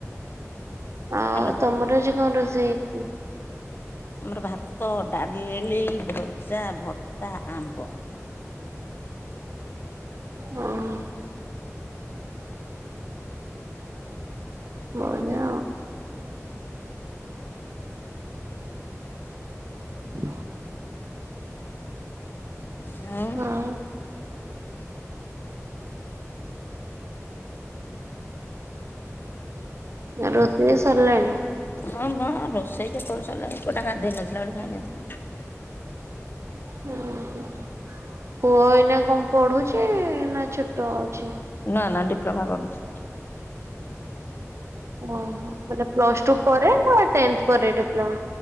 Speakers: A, on the right; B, on the left.
A: ଆଉ
B: ହ୍ୟାଲୋ
A: ତମର ଆଜି କଣ ରୋଷେଇ ହେଇଛି?
B: ଆମର ଭାତ ଡାଲି ଭଜା ଭତା ଆମ୍ବ।
A: ହଁ। ହଉନି। ହ
B: ହଁ।
A: ଆଉ ରୋଷେଇ ବି ସରିଲାଣି।
B: ହଁ ମ ରୋଷେଇ କେତେବେଳେ ସରିଲାଣି ପୋଆଟା ଗାଧେଇ ନଥିଲା ବଳେ ଖାଇନଥିଲା।
A: ହୁଁ ହୁଁ ପୁଅ ଏଇନା କଣ ପଢୁଛି ନା ଛୋଟ ଅଛି?
B: ନା ନା ଡିପ୍ଲୋମା କରୁଛି।
A: ଓ ହୋ ମାନେ ପ୍ଲସ୍ ଟୁ ପରେ ନା ଟେନ୍ଥ ପରେ ଡିପ୍ଲୋମା।